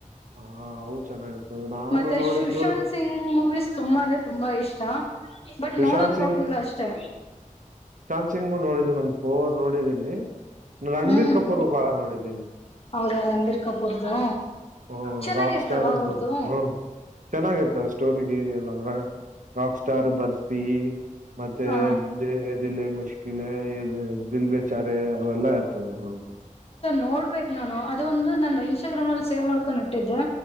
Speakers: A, on the right; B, on the left.
A: ಹಾ ಅವು ಚೆನ್ನಾಗಿರ್ತವೆ ನಾನು
B: ಮತ್ತೆ
A: ನೋಡಿದ್ದು
B: ಸುಶಾಂತ್ ಸಿಂಗ್ ಮೂವೀಸ್ ತುಂಬಾ ಅಂದ್ರೆ ತುಂಬಾ. ಹ ಇಷ್ಟ ಬಟ್
A: ಸುಶಾಂತ್
B: ನೋಡಕ್ ಹೋಗಿಲ್ಲ ಅಷ್ಟೇ.
A: ಸಿಿಂಗು ನೋಡಿದ್ದೀನಿ ನಂದು ಪೋರ್ ನೋಡಿದ್ದೀನಿ ರಣಬೀರ್
B: ಹ್ಮ್
A: ಕಪೂರ್ ಬಾಳ ನೋಡಿದ್ದೀನಿ.
B: ಹೌದಾ ರಂಬೀರ್ ಕಪರ್ದು
A: ಹ್ಮ್
B: ಚೆನ್ನಾಗಿರ್ತಾವ
A: ರಾಕ್ ಸ್ಟಾರ್ ಹ್ಮ್
B: ಅವಊರದು.
A: ಚೆನ್ನಾಗಿರ್ತಾವ ಸ್ಟೋರಿ. ರಿಲ್ಲ ರಾಕ್ ಸ್ಟಾರ್ ಬರ್ಸ್ಪಿ ಮತ್ತೆ.
B: ಹ
A: ದಿಿಲ್ಲೇ ಮುಶ್ಕಿಲೆ ಇ ದಿಲ್ಬಚಾರ ಅವೆಲ್ಲಾ ಇರ್ತವೆ ಹೌದು.
B: ನೋಡ್ಬೇಕೇಕ್ ನಾನು ಅದ ಒಂದು ನನ್ನ ಇನ್ಸ್ಟಾಗ್ರಾಮ್ ನಲ್ಲಿ ಸೇವ್ ಮಾಡ್ಕೊಂಡ್ ಇಟ್ಟಿದ್ದೆ.